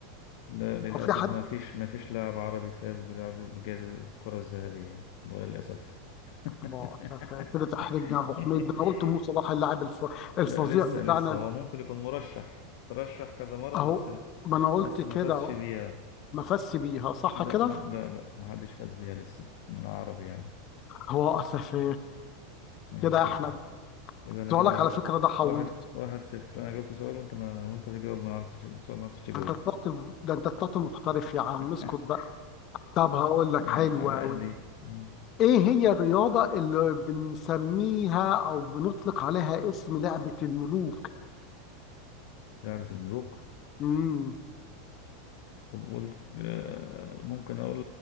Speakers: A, on the left; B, on the left.
A: لا للأسف
B: أو في حد
A: ما فيش ما فيش لاعب عربي فاز بلعب- بجائزة الكرة الذهبية ده للأسف <laughs>
B: ما شاف كده تحرجني يا أبو حميد ده أنا قلت مو صلاح اللاعب الف... الفظيع
A: لا لسه
B: بتاعنا
A: لسه هو ممكن يكون مرشح ترشح كذا مرة
B: أهو
A: بس
B: ما أنا قلت
A: بس
B: كده
A: ما فازش
B: أهو.
A: بيها
B: مفسي بيها صح
A: لا
B: كده
A: ما لا لا ما حدش فاز بيها لسه من العرب يعني
B: هو أسف
A: ماشي
B: كده يا أحمد
A: بقى يبقى
B: كنت
A: انا
B: أقول
A: كده
B: لك
A: واحد
B: على فكرة ده حويط
A: واحد واحد صفر انا جاوبت سؤال وانت ما وانت تجاوب ما عرفتش السؤال ما عرفتش تجاوبه
B: أنت طلعت ده أنت طلعت محترف يا عم
A: <laughs>
B: اسكت بقى طب هقول لك
A: يا
B: حلو
A: عم على
B: أوي
A: قد ايه مم.
B: إيه هي الرياضة اللي بنسميها أو بنطلق عليها اسم لعبة الملوك؟
A: لعبة الملوك
B: امم
A: طب قول آه، ممكن اقول